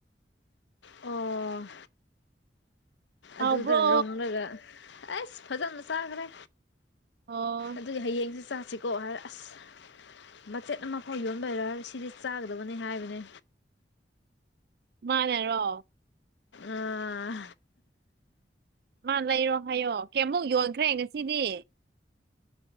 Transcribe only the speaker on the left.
ꯑꯣ
ꯑꯗꯨꯗ ꯔꯣꯝꯂꯒ ꯑꯁ ꯐꯖꯅ ꯆꯥꯈ꯭ꯔꯦ
ꯑꯗꯨꯒꯤ ꯍꯌꯦꯡꯁ ꯆꯥꯁꯤꯀꯣ ꯍꯥꯏ ꯑꯁ ꯕꯆꯦꯠ ꯑꯃꯐꯥꯎ ꯌꯣꯟꯕꯔ ꯁꯤꯗꯤ ꯆꯥꯒꯗꯕꯅꯤ ꯍꯥꯏꯕꯅꯤ
ꯑꯥ